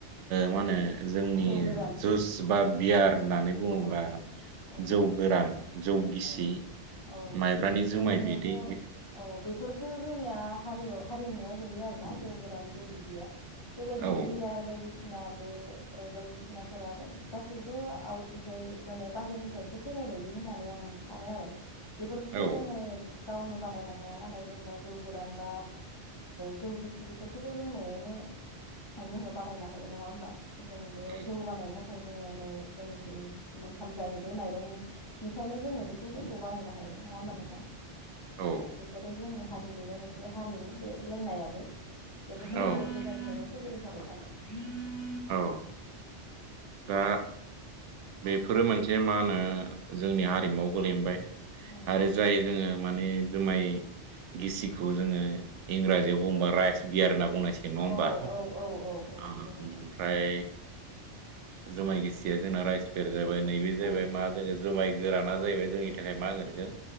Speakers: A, on the right; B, on the left.
A: मा
B: ओं
A: होनो जोंनि
B: जौ गोरान
A: जुस बा बियार होननानै बुङोब्ला
B: औ औ
A: जौ गोरान जौ गिसि
B: औ औ
A: माइब्रानि जुमाय
B: ओरैनोथ'
A: बिदै
B: औ बेफोरसो जोंनिया हारियाव हारिमुआव गोलैयो आरोना जौ गोरान जौ बिदिया बेबायदि
A: औ
B: बियार बायदिसि बना बे बायदिसिनाफोराबो गासैबो आउटनिफ्राय माने बाहेरनिफ्रायसो फैनाय नाय बायदि होननानै आं सानो आरो बेफोरखौथ'
A: औ
B: जोङो गावनो बानायनो हाया नालाय जेनबा जौ गोरान बा जौगिसि बेफोरखौथ' जों न'आवनो जोङो बानायनो हायो नङा होमबा जों बे
A: उम,
B: जौ बानायनो थाखाय ाय जोङो न' जों जि ओंखाम जायो बे माइरंनिफ्रायनो जोङो बेखौ जोंखौ बानायनो हायो नङा होमबा नोंथां
A: औ
B: बेफोरो जोंनि हारि बिनिनो मोनसे हारिमु बे लोंनायाबो बेखौथ' गोज
A: औ
B: गोदानखौनो थ
A: औ दा बेफोरो मोनसे मा होनो जोंनि हारिमुआव गोलैैबाय
B: उम
A: आरो
B: गोलैबाय
A: जाय जोङो माने जुमाय गिसिखौ जोङो इंराजियाव बुंबा राइस बियार होनना बुंनाय से नङा होमबा
B: औ औ औ औ औ
A: ओमफ्राय
B: नंगौ नोंथां
A: जुमाय गिसिया जोंना राइस जाहैबाय नैबे
B: औ
A: जाहैबाय मा जोो जुमाय गोराना जाहैबाय जोंनि थाखाय मा होनोनखौ